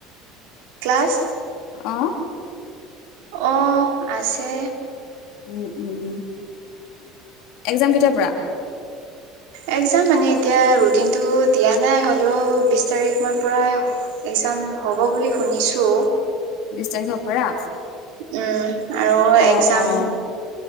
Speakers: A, on the right (about 80°); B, on the left (about 65°).
A: ক্লাছ?
B: অহ।
A: অ আছে।
B: উম উম উম এক্সাম কেতিয়াৰ পৰা?
A: এক্সাম মানে এতিয়া ৰুটিনটো দিয়া নাই হলেও বিশ তাৰিখ মান পৰা এক জাম হ'ব বুলি শুনিছো।
B: বিশ তাৰিখৰ পৰা?
A: উম আৰু
B: অ'
A: এক্সাম
B: অ'